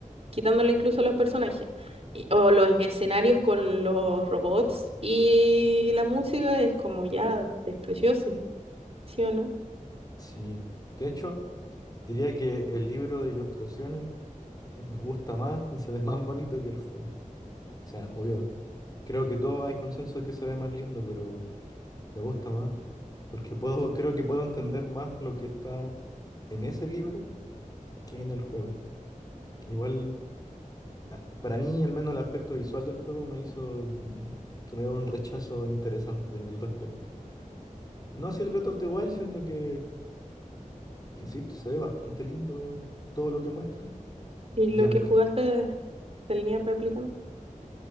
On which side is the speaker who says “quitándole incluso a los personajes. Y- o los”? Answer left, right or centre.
Right